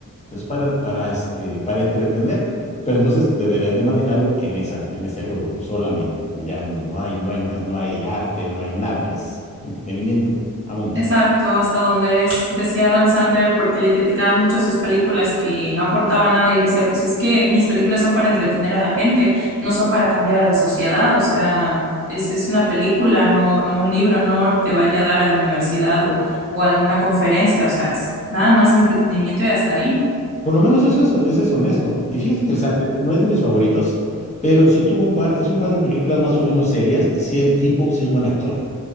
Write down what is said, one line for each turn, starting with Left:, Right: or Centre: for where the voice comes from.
Left: es para, para, este, para entretener, pero entonces deberían de manejarlo en esa, en ese rubro solamente. Y ya no hay, no hay más, no hay arte, no hay nada, es entretenimiento. Vámonos.
Right: Exacto, hasta donde es, decía Adam Sandler, porque le criticaban mucho sus películas que no aportaban nada y decía, pues es que mis películas son para entretener a la gente, no son para cambiar a la sociedad, o sea, es, es una película, no, no un libro, no que vaya a dar a la universidad o, o a alguna conferencia, o sea, es nada más entretenimiento y hasta ahí.
Left: Por lo menos eso es, eso es honesto. Y fíjate que el Sandler no es de mis favoritos, pero sí tuvo un par, es un par de películas más o menos serias y sí el tipo, sí es buen actor.